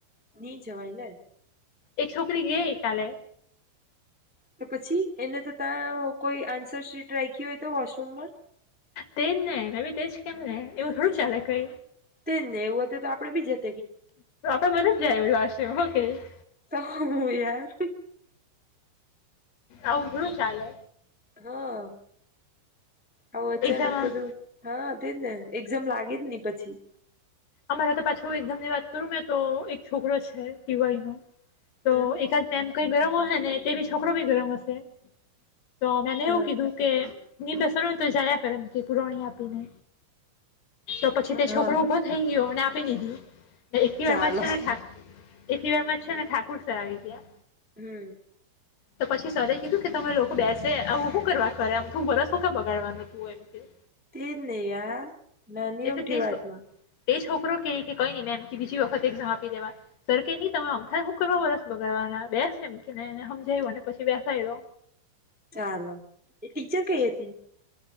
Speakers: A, in the centre; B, on the left.
A: ની જવાય ને
B: એક છોકરી ઘે કાલે
A: તો પછી એને તો ત્યાં કોઈ આન્સરશીટ રાખી હોય તો વોશરૂમમાં
B: તેજ ને મે બી તેજ કેમ ને એવું થોડું ચાલે કઈ
A: તે ને એવું હત તો આપડ બી જ
B: <unintelligible> શ હો કે <unintelligible>
A: તો હું યાર
B: આવું હુ ચાલે
A: હા હા અચાનક
B: એક્ઝામ
A: બધું હા તેજને એકઝામ લાગે જ ને પછી
B: અમારા તો પાછું એક્ઝામની વાત કરું મે તો એક છોકરો છે ટીવાય નો તો
A: હમ
B: એકાદ મેમ કઈ ગરમ હશે ને તે બી છોકરો બી ગરમ હશે તો મેને
A: હા
B: એવું કીધું કે ની બેસવા નો હોય જાયા કર એમ કે પુરોવણી આપીને તો પછી તે
A: હા
B: છોકરો ઉભો થઈ ગયોને આપી દીધી ના એટલી
A: ચાલો
B: વારમાં છે ને થા એટલી વારમાં છે ને ઠાકર સર આવી ગયા
A: હમ
B: તો પછી સરે કીધું કે તમે લોકો બેસે આવું હુ કરવા કરે અમથુ વરસ હુ કરવા બગાડવાનું તું એમ કે
A: તેજ ને યાર નાની
B: એટલે
A: અમથી
B: તે
A: વાતમાં
B: એ છોકરો કે કઈ ન મેમ કે બીજી વખત એક્ઝામ આપી દેવા, સર કે ની તમે અમથા હુ કરવા વરસ બગાડવાના બેસ એમ કે ને એને હમજાયું પછી બેસાડ્યો
A: ચાલો એ ટીચર કઈ હતી હતી